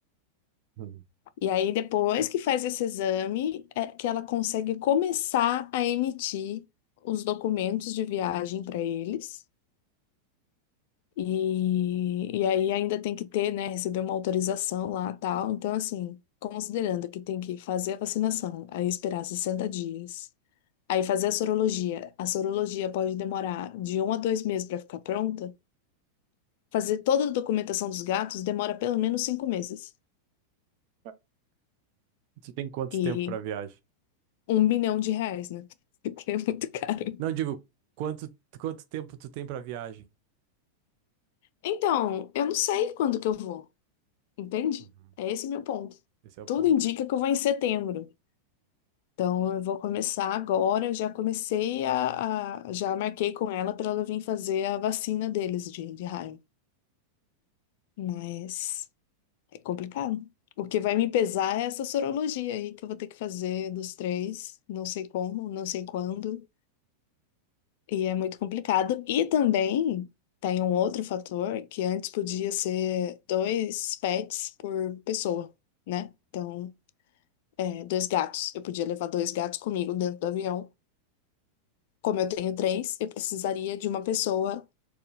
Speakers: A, on the right (about 45°); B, on the left (about 50°).
A: Hum.
B: E aí, depois que faz esse exame, é que ela consegue começar a emitir os documentos de viagem para eles. E, e aí ainda tem que ter, né, receber uma autorização lá, tal. Então, assim, considerando que tem que fazer a vacinação, aí esperar 60 dias, aí fazer a sorologia. A sorologia pode demorar de um a dois meses para ficar pronta. Fazer toda a documentação dos gatos demora pelo menos cinco meses.
A: <laughs> Tu tem quanto
B: E
A: tempo pra viagem?
B: um bilhão de reais, né? <laughs> Porque é muito caro.
A: Não, digo, quanto, quanto tempo tu tem pra viagem?
B: Então, eu não sei quando que eu vou, entende?
A: Uhum.
B: É esse meu ponto.
A: Esse é o
B: Tudo
A: ponto.
B: indica que eu vou em setembro. Então, eu vou começar agora. Eu já comecei a, a- já marquei com ela para ela vir fazer a vacina deles de, de raiva. Mas é complicado. O que vai me pesar é essa sorologia aí que eu vou ter que fazer dos três, não sei como, não sei quando, e é muito complicado. E também tem um outro fator que antes podia ser dois pets por pessoa, né? Então, é, dois gatos. Eu podia levar dois gatos comigo dentro do avião. Como eu tenho três, eu precisaria de uma pessoa